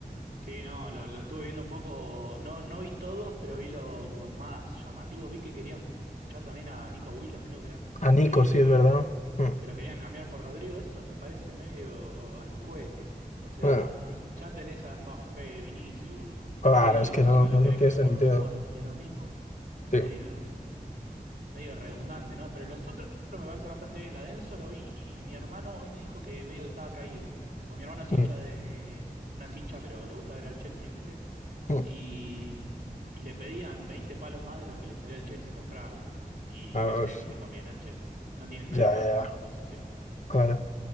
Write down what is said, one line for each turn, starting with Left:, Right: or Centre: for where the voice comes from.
Right: Sí, no, lo, lo estuve viendo un poco, no, no vi todos, pero vi los, los más llamativos. Vi que querían fi- fichar también a Nico Williams, creo que era,
Left: A Nico,
Right: eh,
Left: sí, es verdad. Mm,
Right: que lo querían cambiar por Rodrigo, eso me parece medio al cohete. O sea,
Left: mm.
Right: si ya tenés a Mbappé, Vinicius,
Left: Claro,
Right: Rodrigo,
Left: es que
Right: encima
Left: no,
Right: lo
Left: no
Right: querés
Left: no tiene
Right: cambiar
Left: sentido.
Right: por uno de Juan, de lo mismo, es
Left: Sí.
Right: medio... medio redundante, ¿no? Pero los otros me parece bastante bien. La Denso lo vi y mi hermano hoy me dijo que medio que estaba caído. Porque mi hermano es hincha
Left: Mm,
Right: de. No es hincha, pero le gusta ver al Chelsea, ¿viste?
Left: mm.
Right: Y, y le pedían 20 palos más de lo que le salió al Chelsea comprarlo. Y
Left: Ah,
Right: no sé
Left: pues,
Right: si le conviene al Chelsea. No tienen
Left: ya,
Right: nadie más
Left: ya,
Right: en
Left: ya.
Right: esa posición.
Left: Claro.